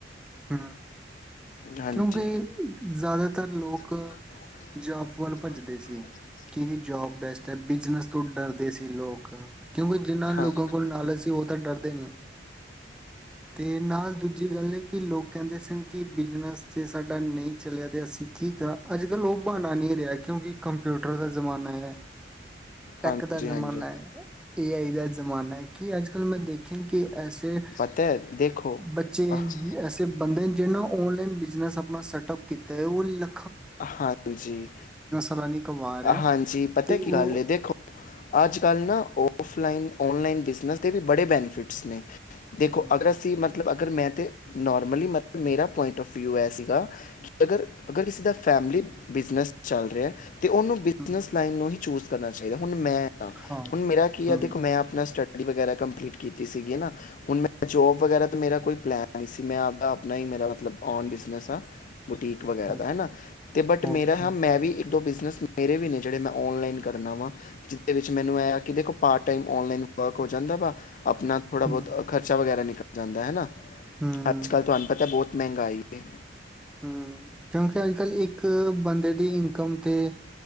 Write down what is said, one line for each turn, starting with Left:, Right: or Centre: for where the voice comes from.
Centre: ਹੂੰ
Left: ਹਾਂਜੀ
Centre: ਕਿਉਂਕਿ ਜ਼ਿਆਦਾਤਰ ਲੋਕ
Left: ਲੋਕ
Centre: ਜੋਬ ਵੱਲ ਭੱਜਦੇ
Left: ਆਪਾਂ
Centre: ਸੀ,
Left: ਭੱਜਦੇ ਸੀ
Centre: ਕਿ ਜੋਬ ਬੈਸਟ ਤੇ ਬਿਜਨਸ ਤੋਂ ਡਰਦੇ ਸੀ ਲੋਕ ਕਾ ਕਿਉਂਕਿ ਜਿਨ੍ਹਾਂ ਲੋਕਾਂ
Left: ਹਾਂ।
Centre: ਕੋਲ ਨਾਲਜ ਸੀ ਉਹ ਤਾਂ ਡਰਦੇ ਨੀ ਤੇ ਨਾਲ ਦੂਜੀ ਗੱਲ ਏ ਉਹ ਕਹਿੰਦੇ ਸਨ ਕਿ ਬਿਜਨਸ ਜਿਸ ਸਾਡਾ ਨਹੀਂ ਚਲਿਆ ਤੇ ਅਸੀਂ ਕੀ ਕਹਾ, ਅੱਜ ਕੱਲ੍ਹ ਉਹ ਬਹਾਨਾ ਨਹੀਂ ਰਿਹਾ ਕਿਉਂਕਿ ਕੰਪਿਊਟਰ ਦਾ ਜ਼ਮਾਨਾ ਏ, ਟੈਕ
Left: ਹਾਂਜੀ
Centre: ਦਾ ਜ਼ਮਾਨਾ
Left: ਹਾਂਜੀ
Centre: ਏ ਆਈ ਦਾ ਜ਼ਮਾਨਾ ਹੈ, ਕੀ ਅੱਜ ਕੱਲ੍ਹ ਮੈਂ ਦੇਖਿਆ ਕਿ ਐਸੇ
Left: ਪਤਾ ਹੈ ਦੇਖੋ
Centre: ਬੱਚੇ
Left: ਅਹ,
Centre: ਐਸੇ ਬੰਦੇ ਨੇ ਜਿਹਨੂੰ ਔਨਲਾਈਨ ਬਿਜ ਮੈਂ ਅਪਨਾ ਸੈਟ ਅਪ ਕੀਤਾ ੳਹ
Left: ਹਾਂਜੀ
Centre: ਵਾਲਾ ਨਹੀਂ ਕਮਾ ਰਿਹਾ
Left: ਹਾਂਜੀ ਪਤਾ
Centre: ਤੇ
Left: ਕੀ ਗੱਲ
Centre: ਉਹ
Left: ਏ, ਦੇਖੋ ਅੱਜ ਕੱਲ ਨਾ ਉਹ ਔਫਲਾਈਨ, ਔਨਲਾਈਨ ਬਿਜ਼ਨਸ ਦੇ ਵੀ ਬੜੇ ਬੈਨੇਫਿਟਸ ਨੇ ਦੇਖੋ
Centre: ਹਮ
Left: ਅਗਰ ਅਸੀਂ ਮਤਲਬ ਅ ਮੈਂ ਤੇ ਨੋਰਮਲੀ ਮਤਲਬ ਮੇਰਾ ਪੁਆਇੰਟ ਆੱਫ ਵਿਊ ਸੀ ਗਾ ਕਿ ਅਗਰ ਅਗਰ ਇਸ ਫੈਮਿਲੀ ਬਿਜਨਸ ਚੱਲ ਰਿਹਾ ਤੇ ਉਹਨੂੰ ਬਿਜਨਸ
Centre: ਹਮ
Left: ਲਾਈਨ ਨੂੰ ਹੀ ਚੂਜ਼ ਕਰਨਾ ਚਾਹੀਦਾ ਹੁਣ ਮੈਂ
Centre: ਹਾਂ
Left: ਹੁਣ ਮੇਰਾ ਕੀ
Centre: ਹਮ
Left: ਆ ਦੇਖੋ ਮੈਂ ਆਪਣਾ ਸਟੱਡ ਟੱਡੀ ਵਗੈਰਾ ਕੰਪਲੀਟ ਕੀਤੀ ਸੀਗੀ ਨਾ ਹੁਣ ਮੈ ਜੋਬ ਵਗੈਰਾ ਮੇਰਾ ਕੋਈ ਪਲੈਨ ਨਹੀਂ ਸੀ ਮੈਂ ਆਪਦਾ ਆਪਣਾ ਹੀ ਮੇਰਾ ਮਤਲਬ ਔਨ ਬਿਜਨਸ ਆ ਬੁਟੀਕ ਵਗੈਰਾ
Centre: ਓ-
Left: ਦਾ ਹੈ ਨਾ ਤੇ ਬਟ
Centre: ਓਕੇ
Left: ਮੇਰਾ ਹ ਮੈਂ ਵੀ ਦੋ ਬਿਜ਼ਨਸ ਮੇਰੇ ਵੀ ਨੇ ਜਿਹੜੇ ਮੈਂ ਔਨਲਾਈਨ ਕਰਨਾ ਵਾ ਜਿਹਦੇ ਵਿੱਚ ਮੈਨੂੰ ਇਹ ਕਿ ਦੇਖੋ ਪਾਰਟ ਟਾਈਮ ਔਨਲਾਈਨ ਵਰਕ ਹੋ ਜਾਂਦਾ ਵਾ। ਆਪਣਾ ਥੋੜਾ
Centre: ਹਮ
Left: ਬਹੁਤ ਖਰਚਾ ਵਗੈਰਾ ਨਿਕ ਜਾਂਦਾ ਹੈਨਾ।
Centre: ਹਮ
Left: ਅੱਜ ਕੱਲ੍ਹ ਤੁਹਾਨੂੰ ਪਤਾ ਬਹੁਤ ਮਹਿੰਗਾਈ ਹੈ
Centre: ਹਮ। ਕਿਉਂਕਿ ਅੱਜ ਕੱਲ ਇੱਕ ਬੰਦੇ ਦੀ ਇਨਕਮ ਤੇ